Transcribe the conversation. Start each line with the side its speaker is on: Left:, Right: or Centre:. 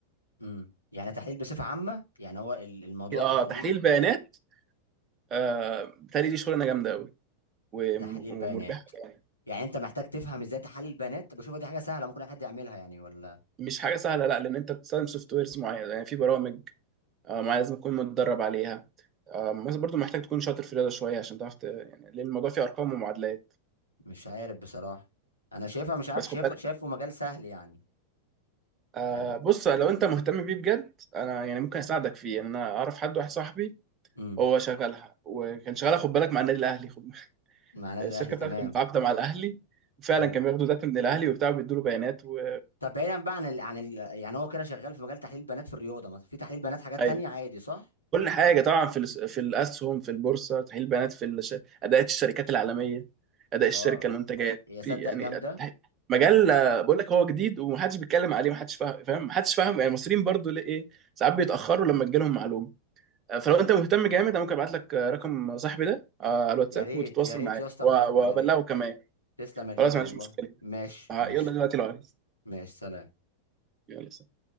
Left: امم يعني تحليل بصفة عامة يعني هو ال- الموضوع تحليل
Right: اه تحليل بيانات آه بتهيألي دي شغلانه جامده قوي وم-
Left: تحليل
Right: ومربحه
Left: بيانات
Right: يعني
Left: يعني انت محتاج تفهم ازاي تحلل بيانات بشوفها دي حاجة سهلة ممكن اي حد يعملها يعني ولا
Right: مش حاجه سهله لا لان انت بتستخدم سوفت ويرز معينه يعني في برامج آه، معينه لازم تكون متدرب عليها آه، مثلا برضو محتاج تكون شاطر في الرياضه شويه عشان تعرف ت- يعني لان الموضوع فيه ارقام ومعادلات
Left: مش عارف بصراحة انا شايفها مش عارف
Right: بس
Left: شايفه
Right: خد بالك
Left: شايفه مجال سهل يعني
Right: آه،
Left: يعني
Right: بص لو انت مهتم بيه بجد انا يعني ممكن اساعدك فيه يعني انا اعرف حد واحد صاحبي
Left: امم
Right: هو شغالها وكان شغالها خد بالك مع النادي الاهلي خد
Left: مع النادي
Right: الشركه
Left: الاهلي تمام
Right: بتاعته كانت متعاقده مع الاهلي وفعلا
Left: حلو
Right: كان بياخدوا داتا من الاهلي وبتاع بيدوا له بيانات و...
Left: طب بعيدا بقى عن ال... عن ال... يعني هو كده شغال في مجال تحليل بيانات في الرياضة مثلا في تحليل بيانات حاجات
Right: أيوة.
Left: تانية عادي صح؟
Right: كل حاجه طبعا في الس- في الاسهم في البورصه تحليل بيانات في الش... اداءات الشركات العالميه اداء الشركه
Left: اه
Right: المنتجات
Left: يا
Right: في
Left: صدق
Right: يعني
Left: جامدة
Right: مجال
Left: آه.
Right: آه، بقول لك هو جديد ومحدش بيتكلم عليه محدش فاهم فاهم محدش فاهم يعني المصريين برضو ليه ايه ساعات بيتاخروا لما تجيلهم معلومه آه، فلو انت مهتم جامد انا ممكن ابعت لك آه، رقم صاحبي ده آه، على الواتساب
Left: يا ريت
Right: وتتواصل
Left: يا ريت
Right: معاه
Left: يا اسطى
Right: و-
Left: بجد
Right: وابلغه
Left: يا ريت
Right: كمان
Left: تسلم يا غالي
Right: خلاص
Left: والله
Right: ما عنديش مشكله
Left: ماشي
Right: آه،
Left: ماشي
Right: يلا دلوقتي لو عايز
Left: ماشي سلام
Right: يلا سلام.